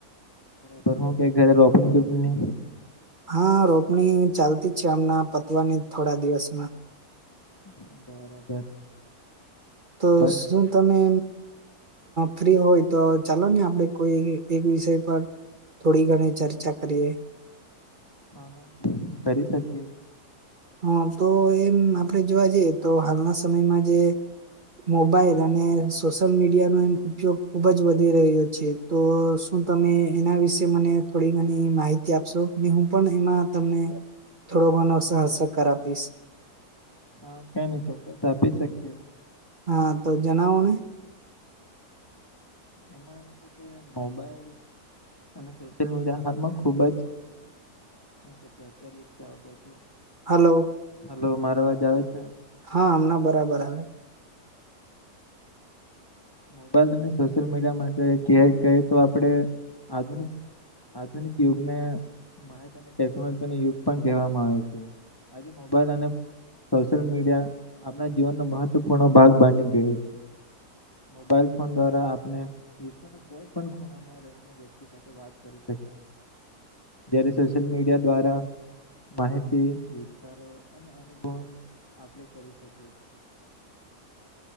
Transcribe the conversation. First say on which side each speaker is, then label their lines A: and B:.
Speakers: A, on the left (about 15°); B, on the right (about 35°).
A: પર હું કે ઘરે રોપણી બૉપની?
B: હા રોપણી ચાલતી છે, આમના પતવાની થોડા દિવસમાં
A: <inaudible>
B: તો
A: બર
B: શું તમે ફ્રી હોય તો ચાલો ને આપડે કોઈ એક વિષય પર... થોડી ઘણી ચર્ચા કરીએ.
A: હા, કરી શકીએ.
B: હા, તો એમ આપડે જોવા જઈએ તો હાલના સમયમાં જે. મોબાઈલ અને સોશિયલ મીડિયાનો એમ ઉપયોગ ખુબ જ વધી રહ્યો છે. તો શું તમે એના વિશે મને થોડી ઘણી માહિતી આપશો? હું પણ એમાં તમને થોડો ઘણો સહકાર આપીશ
A: હા, કઈ નઈ ચોક્કસ આપી શકીશ.
B: હા, તો જનાવો ને?
A: <inaudible> કે મોબાઈલ અને સોશિયલ મીડિયા હાલમાં ખૂબજ <unintelligible> આ બધું,
B: હલો
A: હાલો, મારો અવાજ આવે છે?
B: હા હમણાં બરાબર આવે
A: મોબાઈલ અને સોશિયલ મીડિયા માટે ક કહી તો આપણે આધુનિક, આધુનિક યુગને, માહિત અને ટેકનોલોજીનો યુગ પણ કહેવામાં આવે છે. આજે મોબાઈલ અને સોશિયલ મીડિયા આપણા જીવનનો મહત્વપૂર્ણ ભાગ બની ગયો છે. મોબાઈલ ફોન દ્વારા આપણે વિશ્વના કોઈ પણ ખૂણામાં રહીને. <unintelligible> સાથે જયારે સોશિયલ મીડિયા દ્વારા માહિતી વિતારો અને અનુભવ આપણે કરી શકીએ.